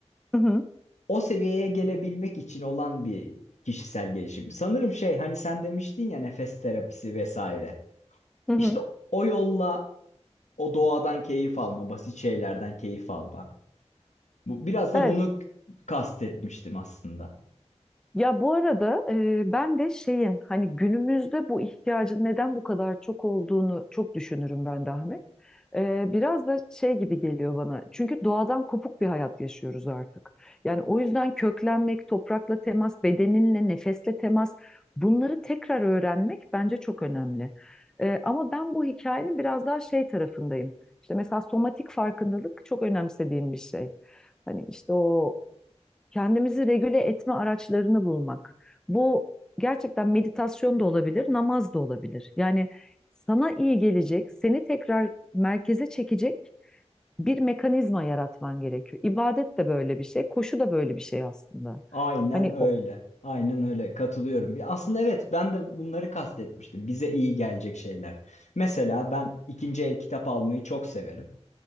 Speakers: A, in the centre; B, on the left.
A: Hı hı.
B: O seviyeye gelebilmek için olan bir kişisel gelişim. Sanırım şey hani sen demiştin ya nefes terapisi vesaire.
A: Hı hı.
B: İşte o yolla o doğadan keyif alma, basit şeylerden keyif alma. Bu, biraz
A: Evet
B: da bunu kastetmiştim aslında.
A: Ya bu arada e, ben de şeyin hani günümüzde bu ihtiyacın neden bu kadar çok olduğunu çok düşünürüm ben de Ahmet. E, biraz da şey gibi geliyor bana. Çünkü doğadan kopuk bir hayat yaşıyoruz artık. Yani o yüzden köklenmek, toprakla temas, bedeninle, nefesle temas bunları tekrar öğrenmek bence çok önemli. E, ama ben bu hikayenin biraz daha şey tarafındayım. İşte mesela somatik farkındalık çok önemsediğim bir şey. Hani işte o kendimizi regüle etme araçlarını bulmak. Bu gerçekten meditasyon da olabilir, namaz da olabilir. Yani sana iyi gelecek, seni tekrar merkeze çekecek bir mekanizma yaratman gerekiyor. İbadet de böyle bir şey, koşu da böyle bir şey aslında.
B: Aynen
A: Hani
B: öyle.
A: o
B: Aynen öyle. Katılıyorum. Ya Aslında evet ben de bunları kastetmiştim. Bize iyi gelecek şeyler. Mesela ben ikinci el kitap almayı çok severim.